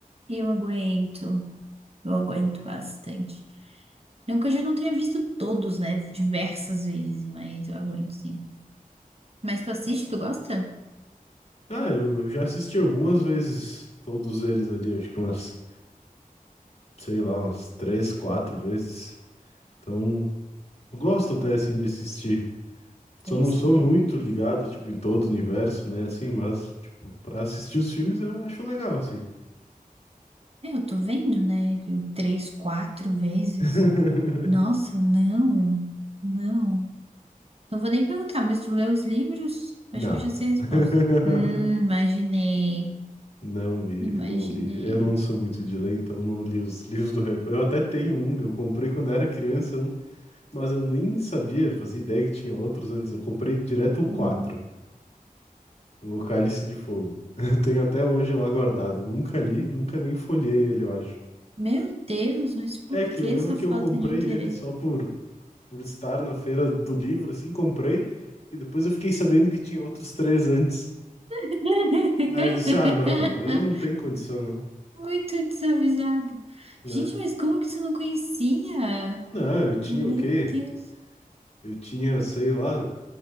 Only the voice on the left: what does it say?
Ah, eu, eu já assisti algumas vezes todos eles ali, acho que umas, sei lá, umas três, quatro vezes. Então, eu gosto até assim de assistir.
Só não sou
muito ligado, tipo, em todo o universo, né? Assim, mas, tipo, pra assistir os filmes eu acho legal, assim.
<laughs>
Não.
<laughs>
Não vi,
não li. Eu não sou muito de ler, então não li os livros do Harry Potter. Eu até tenho um, eu comprei quando era criança um, mas eu nem sabia, fazia ideia que tinha outros antes. Eu comprei direto o 4,
o Cálice de Fogo. <laughs> Eu tenho até hoje lá guardado. Nunca li, nunca nem folhei ele, eu acho.
É que
eu
lembro que
eu comprei
ele só por, por estar na feira do livro, assim, comprei, e depois eu fiquei sabendo que tinha outros três antes.
Aí eu disse, ah, não, aí não tem condição, não,
né?
Não, eu tinha
o quê?
Eu tinha, sei lá,